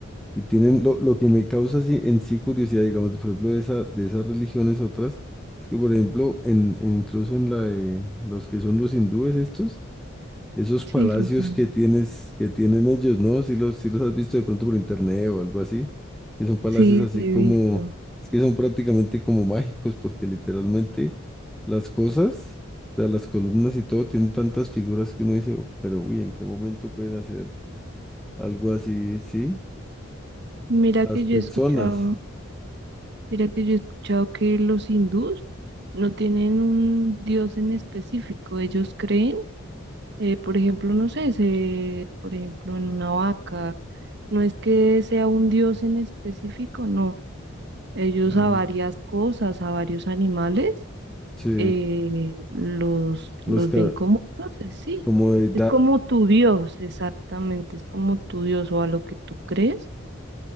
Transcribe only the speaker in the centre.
Y tienen lo, lo que me causa así en sí curiosidad, digamos, por ejemplo, de esa, de esas religiones otras, es que, por ejemplo, en, en- incluso en la de los que son los hindúes estos, esos
palacios
que tienes, que tienen ellos, ¿no? Si los, si los has visto de pronto por internet o algo así, que son palacios
así
como,
es que son prácticamente como mágicos, porque literalmente las cosas, o sea, las columnas y todo, tienen tantas figuras que uno dice, "Oh, pero uy, ¿en qué momento pueden hacer algo así? Sí,
las
personas.
Mm,
Sí,
los ca-
como de